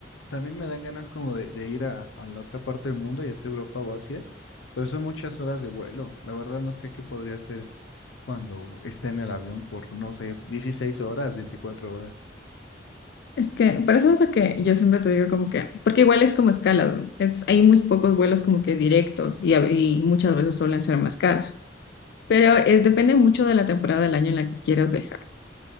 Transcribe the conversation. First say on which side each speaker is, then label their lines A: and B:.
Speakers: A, on the left (about 85°); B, on the left (about 60°).
A: también me dan ganas como de, de ir a, a la otra parte del mundo, ya sea Europa o Asia, pero son muchas horas de vuelo. La verdad no sé qué podría hacer cuando esté en el avión por, no sé, 16 horas, 24 horas.
B: Es que, por eso es lo que yo siempre te digo como que, porque igual es como escala, ¿no? es, hay muy pocos vuelos como que directos y, a- y muchas veces suelen ser más caros, pero eh, depende mucho de la temporada del año en la que quieras viajar